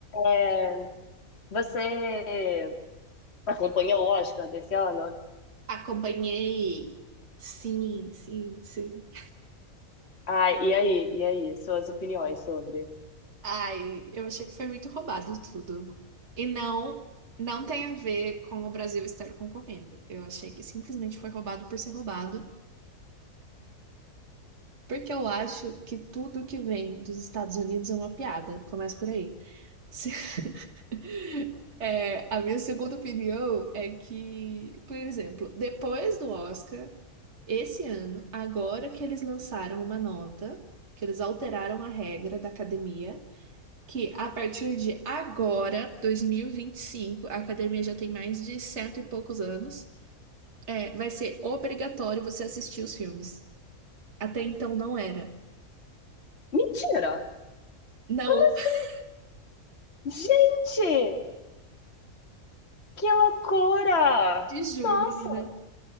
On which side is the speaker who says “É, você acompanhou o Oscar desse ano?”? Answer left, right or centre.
Left